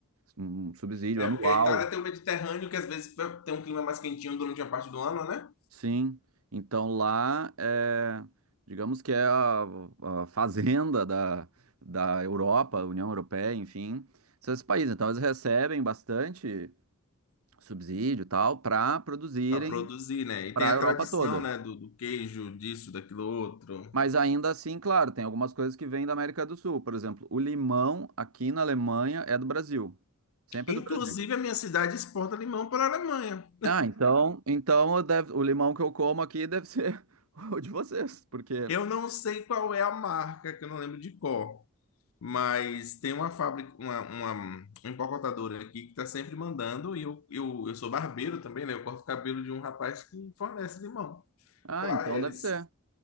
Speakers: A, on the right; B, on the left.
A: um subsídio
B: É
A: anual
B: porque a Itália tem o Mediterrâneo, que às vezes pe- tem um clima mais quentinho durante a parte do ano, né?
A: Sim, então lá é, digamos que é a, a fazenda da, da Europa, União Europeia, enfim, esses países. Então eles recebem bastante subsídio e tal para produzirem
B: Para produzir, né? E
A: para
B: tem a
A: a Europa
B: tradição,
A: toda.
B: né? Do, do queijo, disso, daquilo outro.
A: Mas ainda assim, claro, tem algumas coisas que vêm da América do Sul. Por exemplo, o limão aqui na Alemanha é do Brasil. Sempre
B: Inclusive,
A: é do Brasil.
B: a minha cidade exporta limão para a Alemanha.
A: Ah, então, então eu deve- o limão que eu como aqui deve ser <laughs> o de vocês, porque.
B: Eu não sei qual é a marca, que eu não lembro de cor. Mas tem uma fábrica, uma, uma empacotadora aqui que está sempre mandando, e eu, eu, eu sou barbeiro também, né? Eu corto o cabelo de um rapaz que fornece limão
A: Ah,
B: para
A: então
B: eles.
A: deve ser.